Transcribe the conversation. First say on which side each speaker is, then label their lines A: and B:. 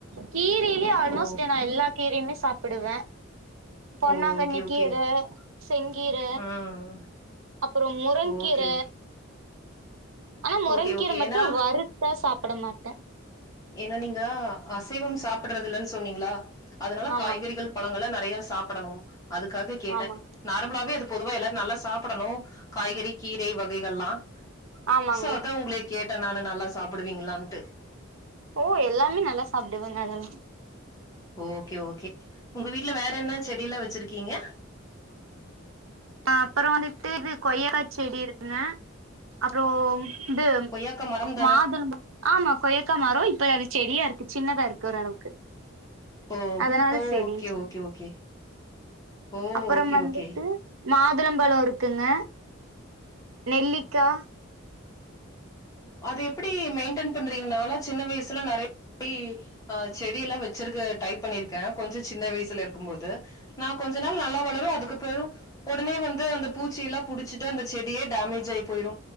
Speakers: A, on the right; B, on the left.
A: கீரி கீர ஆல்மோஸ்ட்
B: ஓ
A: நா எல்லா கீரயுமே சாப்டுவே பொன்னாங்கண்ணி
B: ஓ ஓகே ஓகே
A: கீர செங்கீர
B: ம்
A: அப்றோ முரங்கீர
B: ஓகே ஓகே
A: ஆனா முரங்கீர
B: ஓகே ஓகே
A: மட்டு
B: ஏன்னா
A: வறுத்தா சாப்பிட மாட்டே
B: ஏனா நீங்க அசைவம் சாப்படுறதில்லன்னு சொன்னீங்களா அதனால
A: ஆமாங்
B: காய்கறிகள் பழங்கள்லா நெறைய சாப்படணு அதுக்காக கேட்டே
A: ஆமாங்
B: நார்மலாவே அது பொதுவா எல்லாரு நல்லா சாப்படணு காய்கறி கீரை வகைகள்லா
A: ஆமாங்க
B: சோ அதா ஒங்களே கேட்டே நானு நல்லா சாப்புடுவீங்களான்ட்டு
A: ஓ எல்லாமே நல்லா சாப்டுவங்க அதெல்லா
B: ஓகே ஓகே ஒங்க வீட்ல வேற என்ன செடில்லா வெச்சிருக்கீங்க
A: பாப்பறம் வந்துட்டு இது கொய்யக்கா செடி இருக்குங்க அப்றோ இது
B: கொய்யாக்கா மரம் தானே
A: மாதுளப ஆமா கொயக்காமரோ இப்ப அது செடியாருக்கு சின்னதாருக்கு ஓரளவுக்கு
B: ஓ
A: அதனால
B: ஓ
A: செடின்னு
B: ஓகே
A: சொன்னே
B: ஓகே ஓகே ஓ
A: அப்புறம்
B: ஓகே
A: வந்துட்டு
B: ஓகே
A: மாதுளம்பழோ இருக்குங்க நெல்லிக்கா
B: அதெப்டி மெயின்டென் பண்றீங்க நாலா சின்ன வயசுல நெறய பேய் ஆ செடியலா வெச்சிருக்க டரை பண்ணிர்க்கே கொஞ்சோ சின்ன வயசுல இருக்கும் போது நா கொஞ்ச நாள் நல்லா வளரு அதுக்கப்பறோ ஒடனே வந்து அந்த பூச்சில்லா புடிச்சிட்டு அந்த செடியே டேமேஜாயி போயிரு